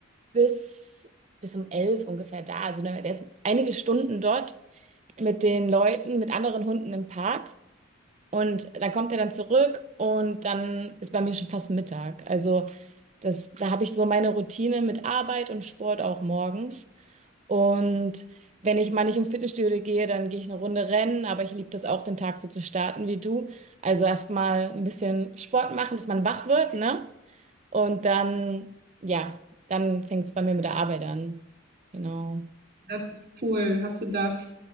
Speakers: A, on the right; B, on the right.
A: bis, bis um elf ungefähr da, also der der ist einige Stunden dort mit den Leuten, mit anderen Hunden im Park. Und dann kommt er dann zurück und dann ist bei mir schon fast Mittag. Also das, da habe ich so meine Routine mit Arbeit und Sport auch morgens. Und wenn ich mal nicht ins Fitnessstudio gehe, dann gehe ich eine Runde rennen, aber ich liebe das auch, den Tag so zu starten wie du. Also erstmal ein bisschen Sport machen, dass man wach wird, ne? Und dann, ja, dann fängt es bei mir mit der Arbeit an. Genau.
B: Das ist cool. Hast du das